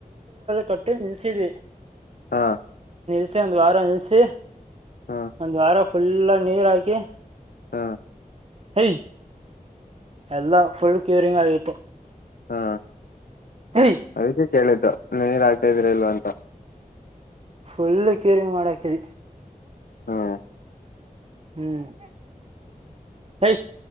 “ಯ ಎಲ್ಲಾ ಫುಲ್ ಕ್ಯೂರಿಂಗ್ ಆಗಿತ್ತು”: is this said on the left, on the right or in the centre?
Right